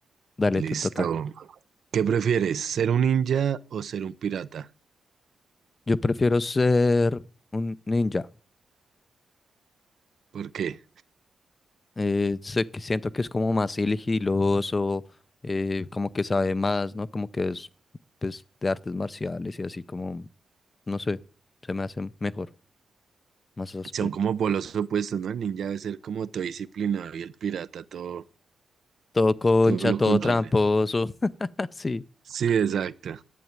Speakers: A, on the left (about 30°); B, on the right (about 60°).
A: dale,
B: Listo.
A: te toca.
B: ¿Qué prefieres? ¿Ser un ninja o ser un pirata?
A: Yo prefiero ser un ninja.
B: ¿Por qué?
A: Eh, sé que siento que es como más sigiloso, eh, como que sabe más, ¿no? Como que es pues, de artes marciales y así como, no sé, se me hace mejor, más áspero.
B: Son como polos opuestos, ¿no? El ninja debe ser como todo disciplinado y el pirata todo,
A: Todo concha,
B: todo lo
A: todo
B: contrario.
A: tramposo, <laughs> sí,
B: Sí, exacto.